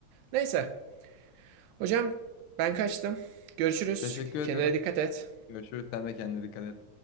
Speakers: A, on the right; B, on the left.
A: Neyse. Hocam ben kaçtım. Görüşürüz.
B: Teşekkür ederim.
A: Kendine dikkat et.
B: Görüşürüz. Sen de kendine dikkat et.